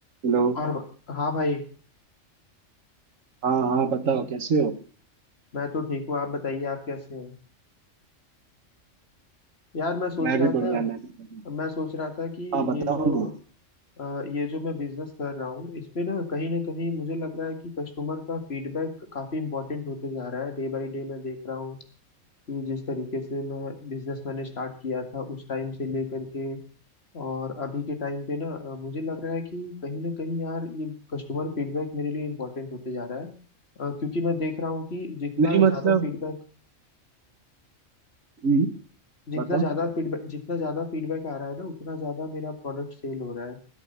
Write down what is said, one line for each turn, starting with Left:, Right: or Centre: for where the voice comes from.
Right: Hello
Left: और ब- हाँ भाई
Right: हाँ हाँ बताओ कैसे हो
Left: मैं तो ठीक हूँ आप बताइए आप कैसे हैं यार मैं सोच
Right: मैं
Left: रहा
Right: भी बढ़िया
Left: था
Right: मैं भी बढ़िया
Left: मैं सोच रहा था कि
Right: हाँ बताओ
Left: ये जो
Right: ना
Left: अ, ये जो मैं बिजनेस कर रहा हूँ इस पे ना कहीं ना कहीं मुझे लग रहा है कि कस्टमर का फीडबैक काफी इंपॉर्टेंट होते जा रहा है डे बाय डे मैं देख रहा हूँ कि जिस तरीके से मैं बिजनेस मैंने स्टार्ट किया था उस टाइम से लेकर के और अभी के टाइम पे ना अ, मुझे लग रहा है कि कहीं ना कहीं यार ये कस्टमर फीडबैक मेरे लिए इंपॉर्टेंट होते जा रहा है अ, क्योंकि मैं देख रहा हूँ कि जितना
Right: नहीं मतलब
Left: ज्यादा फीडबैक
Right: हम्म,
Left: जितना
Right: बताओ
Left: ज्यादा फीडबैक जितना ज्यादा फीडबैक आ रहा है ना उतना ज्यादा मेरा प्रोडक्ट सेल हो रहा है